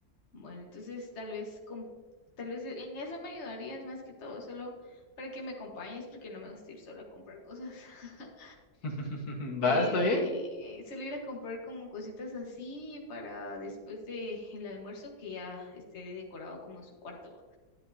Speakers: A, on the left; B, on the left.
A: Bueno, entonces tal vez con, tal vez en eso me ayudarías más que todo, solo para que me acompañes, porque no me gusta ir solo a comprar cosas. <laughs>
B: <laughs> ¿Va?
A: Eh,
B: ¿Está bien?
A: eh, solo ir a comprar como cositas así para después de el almuerzo que ya esté decorado como su cuarto va.